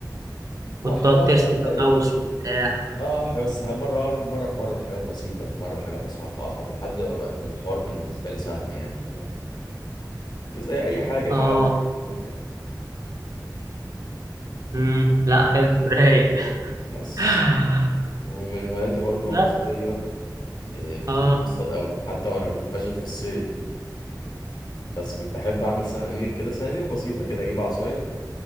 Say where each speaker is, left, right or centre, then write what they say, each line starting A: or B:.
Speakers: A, on the left; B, on the right.
A: واحدة
B: وتقعد
A: واحدة
B: ترسم
A: بقى
B: بماوس
A: إيه
B: وبتاع
A: اه ح- بس ح- مرة مرة في مرة في حاجات بسيطة في مرة حاجة أصعب في أصعب لحد ما بقى الحوار بالنسبة لي سهل يعني فاهم زي أي حاجة اتعود
B: اه
A: يعني وبتاع
B: امم لا حلو <laughs> رايق
A: بس
B: <sighs>
A: ومن هواياتي برضو
B: لا
A: وأنا صغير إيه، كنت
B: اه
A: بحب الصيد قوي حتى وانا كنت فاشل في الصيد بس كنت احب اعمل سنانير كده سنانير بسيطه كده اجيب عصايه